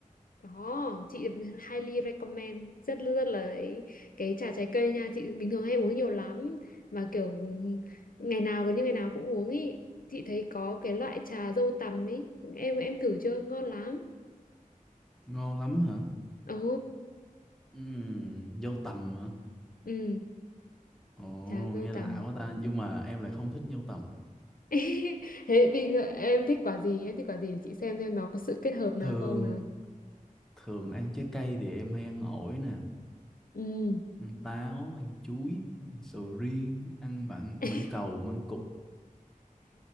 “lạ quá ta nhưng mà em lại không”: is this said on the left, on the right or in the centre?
Centre